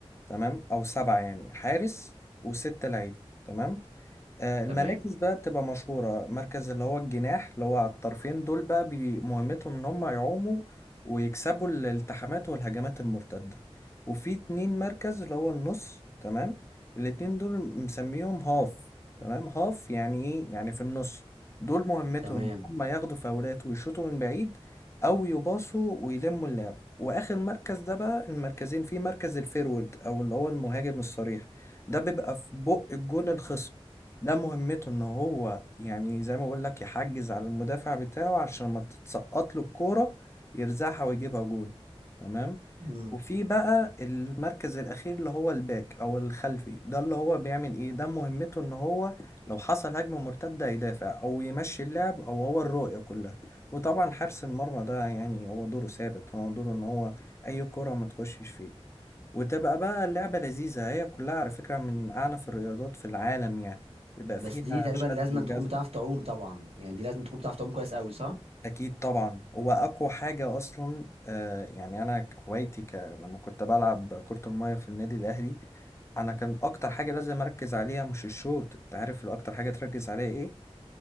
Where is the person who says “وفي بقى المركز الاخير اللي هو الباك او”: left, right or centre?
Left